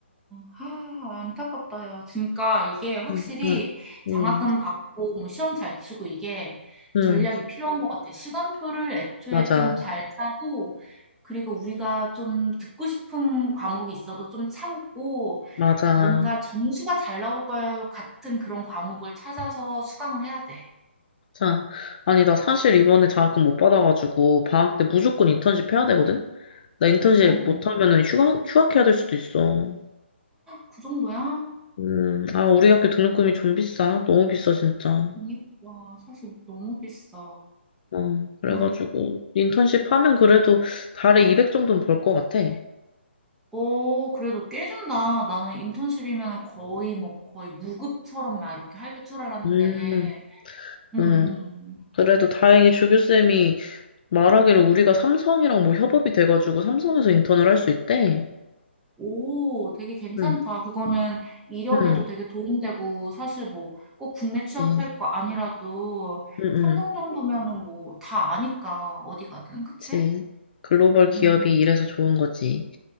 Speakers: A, in the centre; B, on the left (about 45°).
A: 하, 안타깝다, 야. 그러니까 이게 확실히
B: 응, 응,
A: 장학금
B: 응,
A: 받고 뭐 시험 잘 치고 이게
B: 응,
A: 전략이 필요한 것 같아. 시간표를 애초에
B: 맞아,
A: 좀 잘 짜고, 그리고 우리가 좀 듣고 싶은 과목이 있어도 좀 참고,
B: 맞아.
A: 뭔가 점수가 잘 나올 것 같은 그런 과목을 찾아서 수강을 해야 돼.
B: 자, 아니, 나 사실 이번에 장학금 못 받아가지고, 방학 때 무조건 인턴십 해야 되거든? 나 인턴십
A: 어, 어.
B: 못하면은 휴학, 휴학해야 될 수도 있어.
A: 그 정도야?
B: 음, 아, 우리 학교 등록금이 좀 비싸. 너무 비싸, 진짜.
A: 그니까, 사실 너무 비싸.
B: 어, 그래가지고,
A: 아,
B: 인턴십 하면 그래도 달에 200 정도는 벌 것 같아.
A: 오, 그래도 꽤 준다. 나는 인턴십이면 거의 뭐 거의 무급처럼 막 이렇게 할 줄 알았는데.
B: 음,
A: 음,
B: 음.
A: 음.
B: 그래도 다행히 조교쌤이 말하기를 우리가 삼성이랑 뭐 협업이 돼가지고 삼성에서 인턴을 할 수 있대.
A: 오, 되게 괜찮다.
B: 응,
A: 그거는 이력에도
B: 응,
A: 되게 도움되고 사실 뭐 꼭 국내 취업할
B: 그치.
A: 거 아니라도
B: 응, 응,
A: 삼성 정도면은 뭐 다 아니까 어디 가든 그치?
B: 그치. 글로벌 기업이
A: 음,
B: 이래서 좋은 거지.